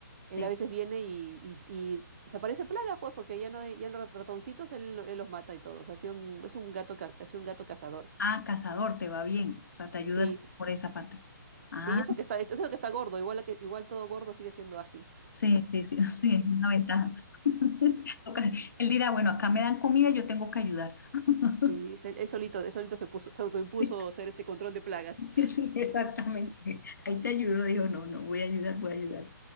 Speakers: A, on the right; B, on the left.
A: él
B: Sí.
A: a veces viene y, y, y se aparece plagas, pues, porque ya no hay, ya los ratoncitos él, él los mata y todo. O sea, ha sido un, es un gato, ca- ha sido un gato cazador.
B: Ah, cazador, te va bien. O sea, te ayuda
A: Sí,
B: por esa parte. Ah.
A: sí, eso que está, esto creo que está gordo, igual, a que, igual todo gordo sigue siendo ágil.
B: Sí, sí, sí, <laughs> sí, es una ventaja. <laughs> Ok, Él dirá, bueno, acá me dan comida, yo tengo que ayudar. <laughs>
A: Sí, es él, él solito, él solito se puso, se autoimpuso
B: Sí,
A: ser este control de plagas.
B: sí, sí, exactamente. Ahí te ayudo, dijo, no, no, voy a ayudar, voy a ayudar.